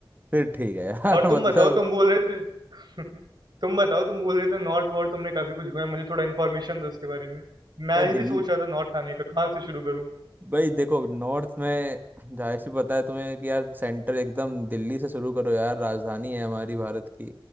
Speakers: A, on the right; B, on the right.
A: फिर ठीक है यार
B: और
A: <laughs>
B: तुम
A: मतलब
B: बताओ तुम बोल रहे थे <laughs> तुम बताओ तुम बोल रहे थे नॉर्थ और तुमने काफ़ी कुछ घुमा है मुझे थोड़ा इन्फॉर्मेशन दो उसके बारे में मैं
A: यार
B: ही
A: दिल
B: भी सोच रहा था नॉर्थ आने का कहाँ से शुरू करूँ
A: भाई देखो नॉर्थ में जाहिर सी पता है तुम्हें कि यार सेंटर एकदम दिल्ली से शुरू करो यार राजधानी है हमारी भारत की